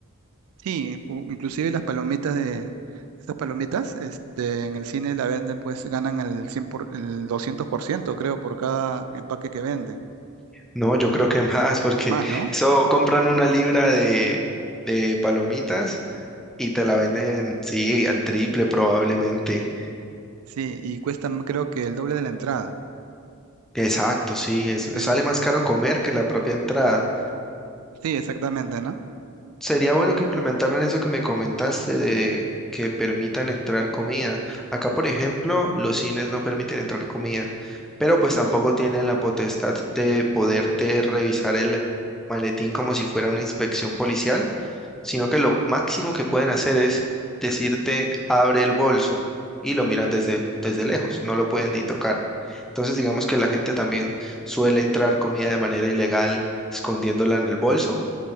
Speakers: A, on the right (about 75°); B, in the centre.
A: Sí, pu- inclusive las palomitas de, estas palomitas, este, en el cine la venden, pues ganan el cien por, el 200% creo, por cada empaque que venden.
B: No, yo creo que <laughs> más, porque
A: Más, ¿no?
B: eso compran una libra de, de palomitas y te la venden, sí, al triple probablemente.
A: Sí, y cuestan creo que el doble de la entrada.
B: Exacto, sí, es,
A: Sí,
B: sale más caro comer que la propia entrada.
A: sí, exactamente, ¿no?
B: Sería bueno que implementaran eso que me comentaste de que permitan entrar comida. Acá, por ejemplo, los cines no permiten entrar comida, pero pues tampoco tienen la potestad de poderte revisar el maletín como si fuera una inspección policial, sino que lo máximo que pueden hacer es decirte abre el bolso y lo miran desde, desde lejos, no lo pueden ni tocar. Entonces, digamos que la gente también suele entrar comida de manera ilegal escondiéndola en el bolso